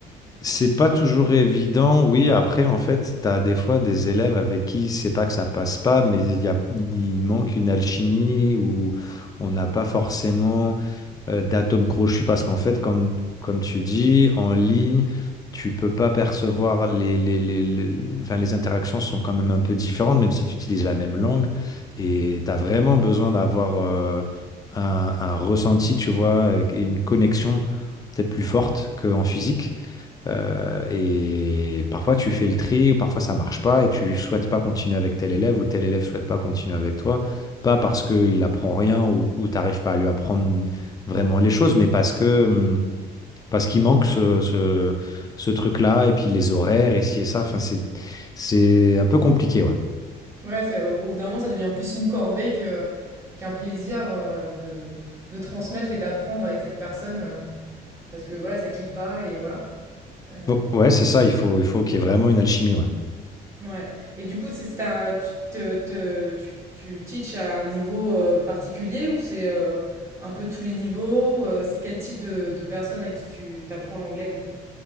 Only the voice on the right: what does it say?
Ouais, c'est- au, au bout d'un moment, ça devient plus une corvée que, qu'un plaisir euh, de, de transmettre et d'apprendre avec cette personne. euh, Parce que voilà, ça clique pas et voilà. Heu,
ouais et du coup, c'est c'est un tu te te tu tu teaches à un niveau, heu, particulier ou c'est, heu, un peu tous les niveaux? Heu, c'est quel type de de personnes à qui tu t'apprends l'anglais, du coup?